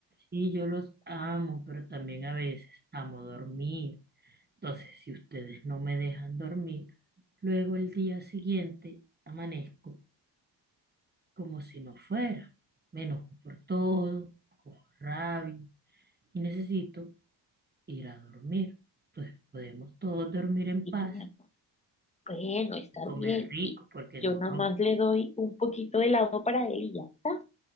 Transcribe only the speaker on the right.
Sí, yo los amo, pero también a veces amo dormir. Entonces, si ustedes no me dejan dormir, luego el día siguiente amanezco como si no fuera. Me enojo por todo, cojo rabia y necesito ir a dormir. Entonces, podemos todos dormir en
paz,
comer
rico,
porque
no